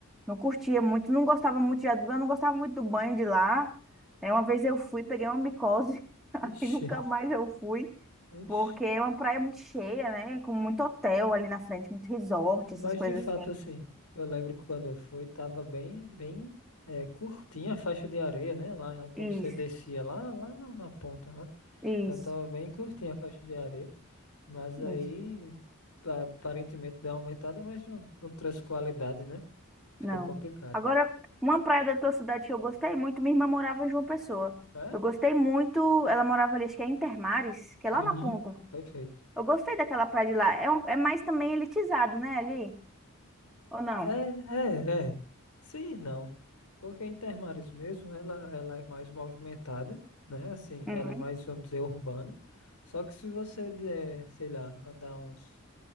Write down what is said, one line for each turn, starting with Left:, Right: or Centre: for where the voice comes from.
Centre: Não curtia muito, não gostava muito de, eu não gostava muito do banho de lá. É, uma vez eu fui, peguei uma micose, <laughs>
Left: Ixi,
Centre: aí nunca mais eu fui,
Left: ixi.
Centre: porque é uma praia muito cheia, né? Com muito hotel ali na frente, muito resort, essas
Left: Mas
Centre: coisas
Left: de fato,
Centre: assim.
Left: assim, eu lembro que quando eu fui, tava bem, bem é, curtinha a faixa de areia, né? Lá quando
Centre: Isso,
Left: você descia lá, lá na, na ponta lá.
Centre: isso.
Left: Então tava bem curtinha a faixa de areia. Mas
Centre: Isso,
Left: aí pa- aparentemente deu uma aumentada, mas não, não trouxe qualidade, né? Fica
Centre: não.
Left: complicado.
Centre: Agora, uma praia da tua cidade que eu gostei muito, minha irmã morava em João Pessoa.
Left: É?
Centre: Eu gostei muito, ela morava ali, acho que é em Termares, que é lá
Left: Uhum.
Centre: na ponta.
Left: Perfeito.
Centre: Eu gostei daquela praia de lá. É, um- é mais também elitizado, né, ali? Ou não?
Left: É, é, é. Sim, e não. Porque a Intermares mesmo, ela, ela é mais movimentada, né? Assim,
Centre: Uhum.
Left: ela é mais, vamos dizer, urbana. Só que se você der, sei lá, andar uns.